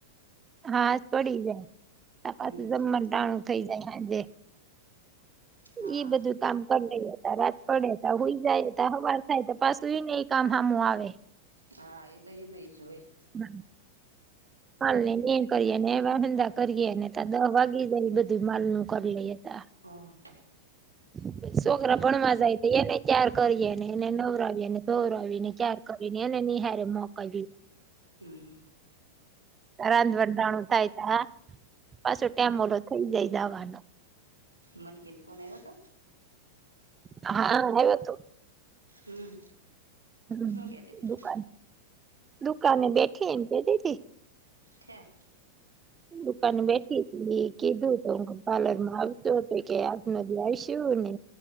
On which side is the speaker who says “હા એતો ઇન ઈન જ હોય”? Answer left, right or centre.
Right